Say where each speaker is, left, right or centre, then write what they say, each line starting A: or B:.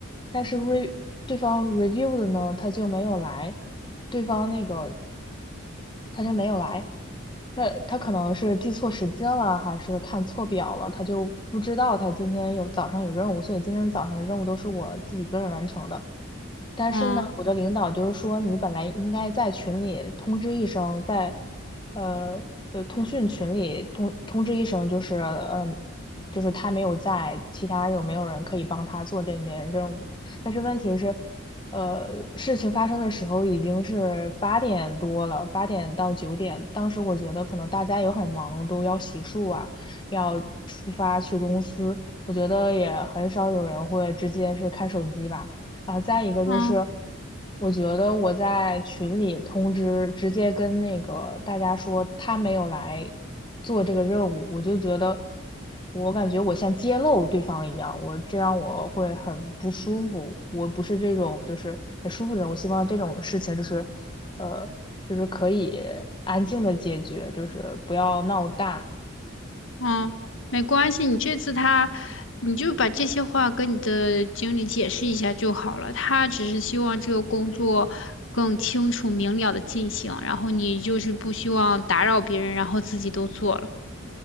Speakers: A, on the left; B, on the left.
A: 但是 re 对方 review 的呢，他就没有来，对方那个他就没有来，他他可能是记错时间了，还是看错表了，他就不知道他今天有早上有任务，所以今天早上的任务都是我自己一个人完成的。但是呢，
B: 嗯
A: 我的领导就是说，你本来应该在群里通知一声，在呃呃通讯群里通通知一声，就是嗯、就是他没有在，其他有没有人可以帮他做这件任务？但是问题是，呃，事情发生的时候已经是八点多了，八点到九点，当时我觉得可能大家也很忙，都要洗漱啊，要出发去公司，我觉得也很少有人会直接是看手机吧。然后再一个就是，
B: 嗯。
A: 我觉得我在群里通知，直接跟那个大家说他没有来做这个任务，我就觉得，我感觉我像揭露对方一样，我这让我会很不舒服。我不是这种就是很舒服的人，我希望这种事情就是，呃，就是可以安静的解决，就是不要闹大。
B: 嗯，没关系，你这次他，你就把这些话跟你的经理解释一下就好了。他只是希望这个工作更清楚明了的进行，然后你就是不希望打扰别人，然后自己都做了。